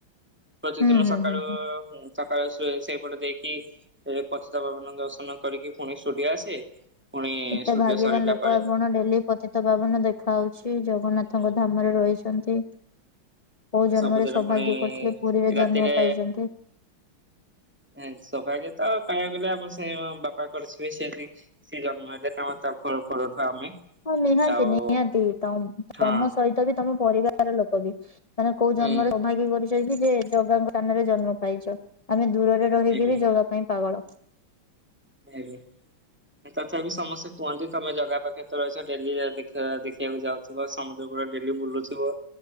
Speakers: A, in the centre; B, on the left (about 30°).
A: ପ୍ରତିଦିନ
B: ହୁଁ ହୁଁ
A: ସକାଳୁ
B: ହୁଁ
A: ହୁଁ ସକାଳ ସେଇପଟ ଦେଇକି ପତିତ ପାବନଙ୍କ ଦର୍ଶନ କରିକି ପୁଣି ଷ୍ଟୁଡିଓ ଆସେ। ପୁଣି
B: କେତେ
A: ଷ୍ଟୁଡିଓ
B: ଭାଗ୍ୟବାନ
A: ସରିଲା
B: ଲୋକ
A: ପରେ
B: ଆପଣ ଡେଲି ପତିତ ପାବନ ଦେଖାାଯାଉଛି ଜଗନ୍ନାଥଙ୍କ
A: ହୁଁ,
B: ଧାମରେ ରହିଛନ୍ତି। କୋଉ ଜନ୍ମରେ
A: ସବୁଜରେ
B: ସୌଭାଗ୍ୟ
A: ପୁଣି
B: କରିଥିଲେ ପୁରୀରେ
A: ରାତିରେ
B: ଜନ୍ମ ପାଇଛନ୍ତି।
A: ସୌଭାଗ୍ୟତ କହିବାକୁଗଲେ ବାକୁ ଗଲେ ଆପଣ ସେଇ ସେ ଜନ୍ମ ହେଲେମ ତାପ ଫ ଉଠୁ ଆମେ <unintelligible>
B: ହଁ ନିହାତି
A: ଆଉ
B: ନିହାତି ତ
A: ହଁ
B: ତମ ସହିତ ବି ତମ ପରିବାର ଲୋକ ବି। ମାନେ କୋଉ
A: ହୁଁ
B: ଜନ୍ମରେ ସ୍ବଭାଗ୍ୟ କରିଛନ୍ତି କି ଯେ ଜଗା ସ୍ଥାନରେ ଜନ୍ମ ପାଇଛ। ଆମେ ଦୂରରେ ରହିକି
A: ଆଜ୍ଞା
B: ବି ଜଗା ପାଇଁ ପାଗଳ।
A: <unintelligible> ତଥାପି ସମସ୍ତେ କୁହନ୍ତି ତମେ ଜଗା ପାଖରେ ତ ରହିଛ ଡେଲି ଦେଖିବାକୁ ଯାଉଛ। ତୁ ବା ସମୁଦ୍ର କୁଳରେ ଡେଲି ବୁଲୁଥିବ।